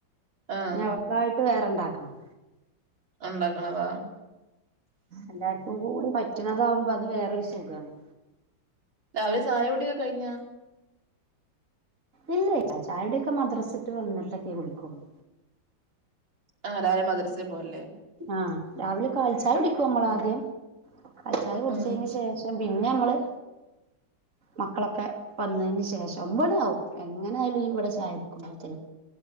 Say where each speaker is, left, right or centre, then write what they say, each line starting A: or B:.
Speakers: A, on the right (about 85°); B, on the right (about 40°).
A: ആഹ്
B: അവക്കായിട്ട് വേറെണ്ടാക്കണം
A: ഉണ്ടാക്കണതാ
B: എല്ലാവർക്കും കൂടി പറ്റണതാവുമ്പോ അത് വേറൊരു സുഖാണ്
A: രാവിലെ ചായകുടി കഴിഞ്ഞ
B: ഇല്ല ചായയുടെയൊക്കെ മദ്രസട്ട് വന്നിട്ടൊക്കെ കുടിക്കുള്ളൂ
A: ആഹ് രാവിലെ മദ്രസൽ പോവല്ലേ
B: ആഹ് രാവിലെ കാൽചായ കുടിക്കും മ്മളാ
A: ഉം
B: ആദ്യം കാൽ ചായ കുടിച്ചതിന്
A: ഉം
B: ശേഷം പിന്നെ നമ്മള് മക്കളൊക്കെ വന്നതിന് ശേഷം ഒമ്പണി ആവും എങ്ങനെ ആയാലും ഇവിടെ ചായ പിടിക്കുമ്പോത്തന്